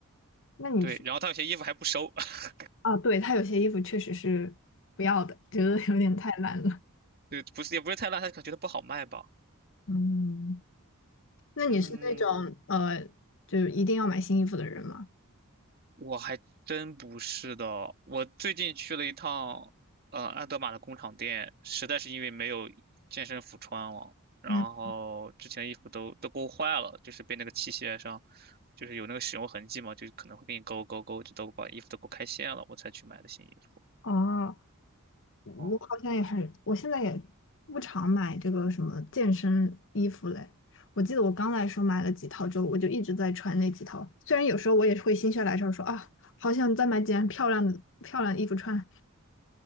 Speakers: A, on the left; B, on the right.
A: 那你是
B: 对，然后他有些衣服还不收，<laughs>
A: 啊？对，他有些衣服确实是不要的，觉得有点太烂了。
B: 对，不是也不是太烂，他可能觉得不好卖吧。
A: 嗯。那你是那种呃，
B: 嗯。
A: 就一定要买新衣服的人吗？
B: 我还真不是的，我最近去了一趟，呃，安德玛的工厂店，实在是因为没有健身服穿了，然后之前的衣服都都勾坏了，
A: 嗯，
B: 就是被那个器械上，就是有那个使用痕迹嘛，就可能会给你勾勾勾，就都把衣服都勾开线了，我才去买的新衣服。
A: 哦，我好像也很，
B: 哦、
A: 我现在也不常买这个什么健身衣服嘞。我记得我刚来的时候买了几套之后，我就一直在穿那几套。虽然有时候我也会心血来潮说啊，好想再买几件漂亮的漂亮的衣服穿，